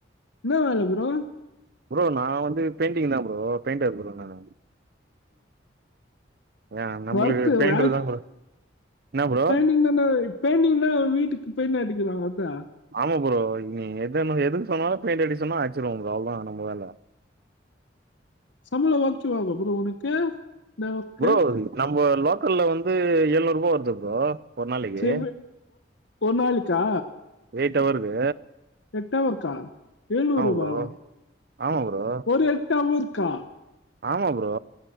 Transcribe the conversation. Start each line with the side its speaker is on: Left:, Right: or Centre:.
Left: என்ன வேல ப்ரோ
Right: ப்ரோ நான் வந்து பெயிண்டிங் தான் ப்ரோ பெயிண்டர் ப்ரோ நானு ஏன் நம்மளுக்கு
Left: ஒர்க்கு
Right: பெயிண்டர்
Left: வேல
Right: தான் ப்ரோ என்ன ப்ரோ
Left: பெண்டிங் பெண்டிங்னா வீட்டுக்கு பெயிண்ட அடிக்கலா அதா
Right: ஆமா ப்ரோ நீ எது எதுக்கு சொன்னாலு பெயிண்ட் அடி சொன்னா அடிச்சுடுவ ப்ரோ அவள தா நம்ம வேல
Left: சம்பள அனுசுறுவங்க ப்ரோ உனுக்கெ நமக்கு
Right: ப்ரோ நம்ம லோக்கல்ல வந்து எழுநூறு ரூபா வருது ப்ரோ ஒரு நாளைக்கு
Left: ச ஒ நாளைக்கு கா
Right: எய்ட்டு அவருக்கு
Left: எட்டவரூக்கா எழுநூறு ரூபாவா
Right: ப்ரோ ஆமா ப்ரோ
Left: ஒரு எட்டாவ இருக்கா
Right: ஆமா பரோ